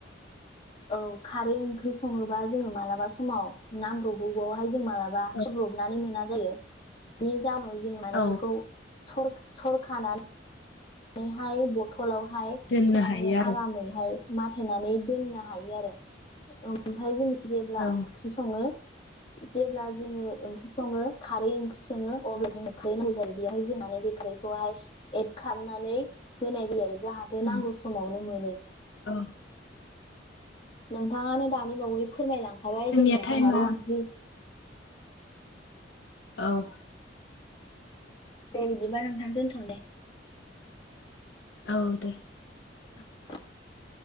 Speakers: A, on the left; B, on the left.
A: औ खारै ओंख्रि सङोबा जोङो मालाबा समाव नांब्रगौ हाय जों मालाबा
B: औ
A: सरब्रबनानै मोना जायो । बेनि जाउनाव जों माने
B: औ
A: बेखौ सर सरखानानै नै हाय बथ' लावहाय
B: दोननो
A: सोनानै
B: हायो आरो
A: आरामैहाय माथायनानै दोननो हायो आरो ओमफ्राय जों जेब्ला
B: औ
A: ओंख्रि सङो जेब्ला जोङो ओंख्रि सङो खारै ओंख्रि संङो अब्ला जोंनो खारै नांगौ जायो बेवहाय जों नानै बिख्रिखौहाय <inaudible> हाबनानै होनाय जायो आरो जाहाथे
B: उम
A: नांगौ समावनो मोनो
B: औ
A: नोंथाङानो दानि बावै फोरमायलांखाबाय
B: जोंनिया
A: जोंना
B: टाइमा
A: खारै ओंख्रि
B: औ
A: दे बिदिबा नोंथां दोनथ' दे
B: औ दे
A: <inaudible>